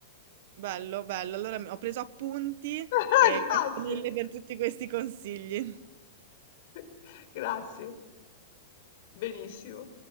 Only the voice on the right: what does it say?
bello, bello.
Allora mi- ho preso appunti
e
grazie mille per tutti questi consigli.